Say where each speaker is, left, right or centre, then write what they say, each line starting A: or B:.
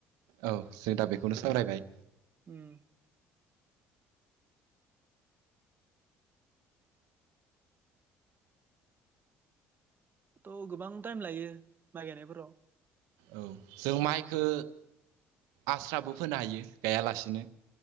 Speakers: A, on the right; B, on the right.
A: औ जों दा बेखौनो सावरायबाय।
B: उम। थ' गोबां टाइम लायो माइ गायनायफोराव।
A: औ जों माइखो आस्राबो फोनो हायो गायालासिनो।